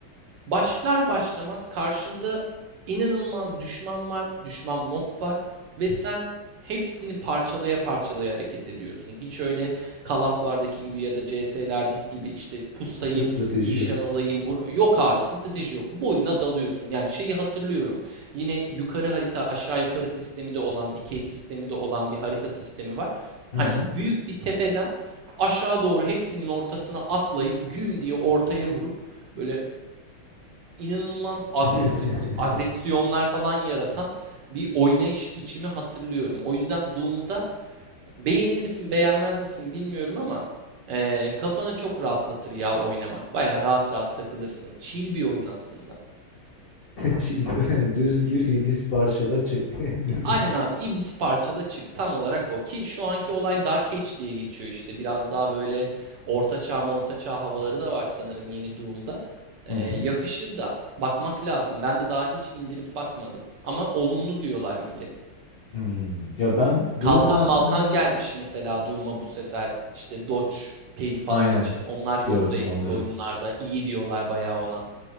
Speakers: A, on the right; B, on the left.
A: Başlar başlamaz karşında inanılmaz düşman var, düşman mob var ve sen hepsini parçalaya parçalaya hareket ediyorsun. Hiç öyle Call of'lardaki gibi ya da CS'lerdeki gibi işte pusayım,
B: Strateji
A: nişan
B: yok.
A: alayım. Yok abi strateji yok. Boyuna dalıyorsun. Yani şeyi hatırlıyorum. Yine yukarı harita aşağı yukarı sistemi de olan, dikey sistemi de olan bir harita sistemi var.
B: Hı
A: Hani
B: hı.
A: büyük bir tepeden aşağı doğru hepsinin ortasına atlayıp güm diye ortaya vurup böyle inanılmaz agresif
B: <laughs>
A: agresyonlar falan yaratan bir oynayış biçimi hatırlıyorum. O yüzden Doom'da beğenir misin beğenmez misin bilmiyorum ama eee, kafanı çok rahatlatır ya oynamak. Baya rahat rahat takılırsın. Chill bir oyun aslında.
B: Chill. <laughs> Düz gir iblis parçala çık. <laughs>
A: Aynen abi. İblis parçala çık. Tam olarak o. Ki şu anki olay Dark Age diye geçiyor işte. Biraz daha böyle orta çağ orta çağ havaları da var sanırım yeni Doom'da. Ee,
B: Hı hı.
A: yakışır da. Bakmak lazım. Ben de daha hiç indirip bakmadım. Ama olumlu diyorlar millet.
B: Hmm. Ya ben Doom
A: Kalkan
B: aslında
A: Malkan gelmiş mesela Doom'a bu sefer. İşte Dodge peri falan
B: aynen
A: için. Onlar yoktu
B: gördüm
A: eski
B: onları.
A: oyunlarda. İyi diyorlar bayağı ona.